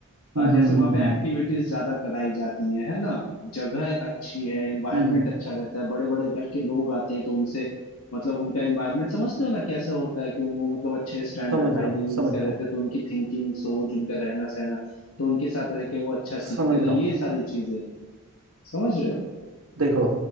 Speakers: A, on the right; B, on the left.
A: हम्म
B: अ, जैसे
A: हम्म
B: वहां
A: हम्म
B: पे
A: हम्म
B: एक्टिविटीज ज्यादा कराई जाती हैं है ना जगह अच्छी है एनवायरनमेंट
A: हम्म, हम्म,
B: अच्छा रहता है बड़े बड़े घर के लोग आते हैं तो उनसे मतलब उनका एनवायरनमेंट समझते हो ना कैसा होता है कि वो मतलब अच्छे स्टैंडर्ड
A: समझ
B: हाई
A: रहा हूँ
B: लिविंग्स
A: समझ
B: का
A: रहा
B: रहते
A: हूँ
B: हैं तो उनकी थिंकिंग सोच उनका रहना सहना तो उनके साथ रह के वो अच्छा सीखते
A: समझ
B: हैं तो
A: रहा
B: ये
A: हूँ
B: सारी चीजें समझ रहे हो
A: देखो